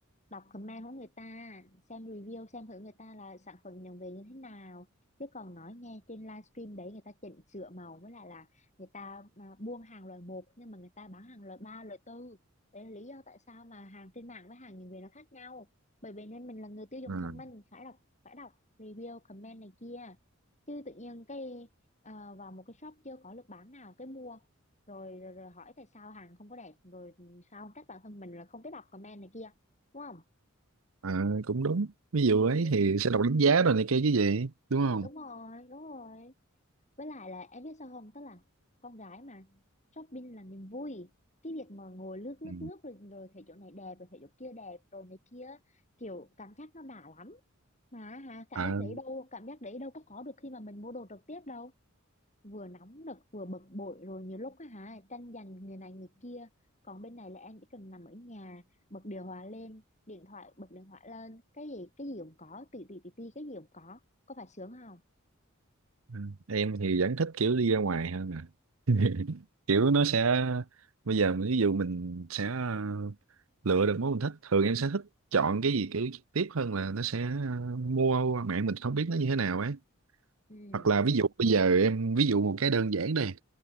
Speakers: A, on the left (about 35°); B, on the right (about 75°).
A: đọc comment của người ta xem review xem thử người ta là sản phẩm nhận về như thế nào chứ còn nói nghe trên livestream đấy người ta chỉnh sửa màu với lại là người ta à, buôn hàng loại một nhưng mà người ta bán hàng loại ba loại tư đấy là lý do tại sao mà hàng trên mạng với hàng nhận về nó khác nhau bởi vì nên mình là người tiêu dùng
B: không
A: thông minh phải đọc phải đọc review comment này kia chứ tự nhiên cái à, vào một cái shop chưa có lực bán nào cái mua rồi, rồi rồi hỏi tại sao hàng không có đẹp rồi sao không trách bản thân mình là không biết đọc comment này kia đúng không
B: à, cũng đúng ví dụ
A: ừ,
B: ấy thì sẽ đọc đánh giá rồi này kia chứ gì đúng không
A: đúng rồi đúng rồi với lại là em biết sao không tức là con gái mà shopping là niềm vui cái việc mà ngồi lướt lướt
B: ừ.
A: lướt rồi, rồi thấy chỗ này đẹp rồi thấy chỗ kia đẹp rồi này kia kiểu cảm giác nó đã lắm mà hả cảm
B: à,
A: giác đấy đâu cảm giác đấy đâu có có được khi mà mình mua đồ trực tiếp đâu vừa nóng nực vừa bực bội rồi nhiều lúc á hả tranh giành người này người kia còn bên này là em chỉ cần nằm ở nhà bật điều hòa lên điện thoại bật điện thoại lên cái gì cái gì cũng có tì tì tì tì cái gì cũng có có phải sướng không
B: ừ. em thì vẫn thích kiểu đi ra ngoài hơn à <laughs> kiểu nó sẽ bây giờ mình- ví dụ mình sẽ ờ, lựa được món mình thích thường em sẽ thích chọn cái gì kiểu trực tiếp hơn là nó sẽ ờ, mua qua mạng mình không biết nó như thế nào ấy
A: ừ
B: hoặc là ví dụ bây giờ em ví dụ một cái đơn giản đây